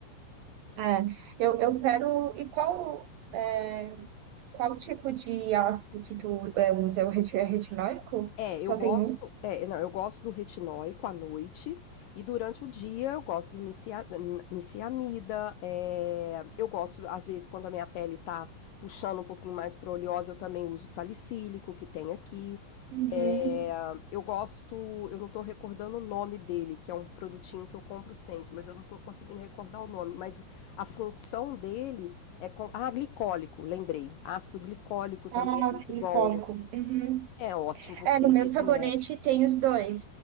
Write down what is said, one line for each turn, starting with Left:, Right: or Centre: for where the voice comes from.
Right: É, eu, eu quero. E qual, é, qual tipo de ácido que tu é, usa? É o reti- é retinóico?
Left: É,
Right: Só
Left: eu gosto,
Right: tem um?
Left: é, não, eu gosto do retinóico à noite e durante o dia eu gosto do nicia- n- niciamida, é, eu gosto, às vezes, quando a minha pele tá puxando um pouquinho mais para oleosa, eu também uso salicílico que tem aqui.
Right: Uhum.
Left: É, eu gosto, eu não tô recordando o nome dele, que é um produtinho que eu compro sempre, mas eu não tô conseguindo recordar o nome, mas a função dele é com, ah, glicólico, lembrei, ácido glicólico também
Right: Ah,
Left: é
Right: silicólico.
Left: muito bom.
Right: Uhum.
Left: É ótimo, porque
Right: É, no
Left: ele
Right: meu
Left: regenera.
Right: sabonete tem os dois.